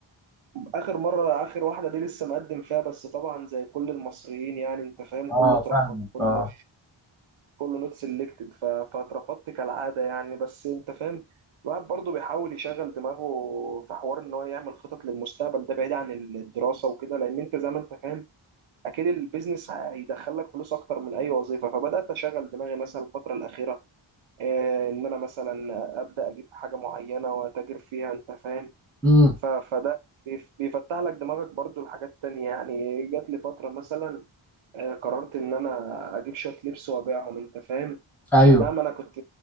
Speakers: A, on the right (about 75°); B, in the centre.
A: آخر مرة آخر واحدة دي لسه مقدم فيها بس طبعا زي كل المصريين يعني أنت فاهم
B: اه
A: كله اترفض
B: فاهمك
A: كله
B: اه
A: كله نوت سيلكتد فاترفضت كالعاده يعني بس انت فاهم الواحد برضه بيحاول يشغل دماغه في حوار ان هو يعمل خطط للمستقبل ده بعيد عن الدراسه وكده لان انت زي ما انت فاهم اكيد البيزنس هيدخلك فلوس اكتر من اي وظيفه فبدات اشغل دماغي مثلا الفتره الاخيره آه، ان انا مثلا ابدا اجيب حاجه معينه واتاجر فيها انت فاهم
B: امم
A: ف- فده بيف- بيفتح لك دماغك برضو لحاجات تانية يعني جات لي فترة مثلا آه، قررت ان انا اجيب شويه لبس وابيعهم انت فاهم
B: ايوه
A: انا ما انا كنت